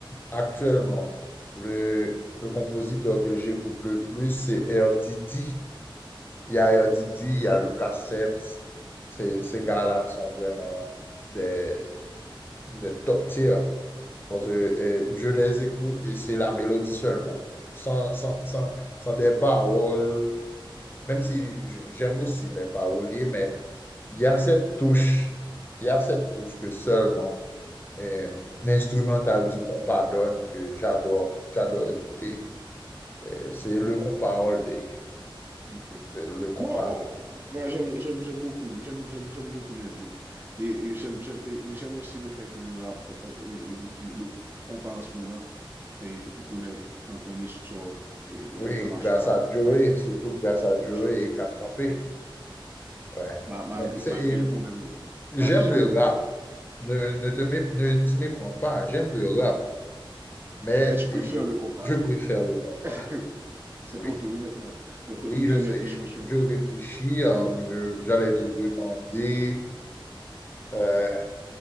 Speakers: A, on the left (about 25°); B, on the right (about 25°).
A: actuellement, le, le compositeur que j'écoute le plus, c'est R. Didi. Il y a R. Didi,
B: C'est
A: il
B: qui
A: y
B: ça?
A: a Lucas Sebs. Ces, ces gars-là sont vraiment des, des top tiers. Parce que euh, je les écoute et c'est la mélodie seulement, sans, sans, sans, sans des paroles, même si je- j'aime aussi les paroliers, mais il y a cette touche, il y a cette touche que seulement euh, l'instrumental du compas donne que j'adore, j'adore écouter. Euh, c'est le compas all day,
B: Ok.
A: c'est le compas.
B: Moi, moi, moi, moi, j'aime, j'aime, j'aime beaucoup, le- j'aime, j'aime, j'aime beaucoup les deux. Et, et j'aime, j'aime, et j'aime aussi le fait que le rap, euh, et le, le compas en ce moment, et il connaît un iso internasyonal
A: Oui, grâce à
B: avè
A: Joey,
B: kaj
A: surtout grâce à
B: de
A: Joey
B: chini.
A: et Cat Campé.
B: Oui,
A: Ouais.
B: malgré
A: Mais c'est,
B: malgré les problèmes.
A: J'aime
B: Malgré les
A: le
B: problèmes.
A: rap. Ne, ne te mé- ne t'y méprends pas. J'aime le rap, mais
B: Mais tu préfères
A: et,
B: le compas.
A: je préfère le compas.
B: <laughs> C'est
A: Oui,
B: ton tour, oui, maintenant. bon,
A: oui,
B: Une dernière
A: je sais.
B: question
A: Et
B: sur,
A: Je réfléchis. euh,
B: sur,
A: je- j'allais te demander euh,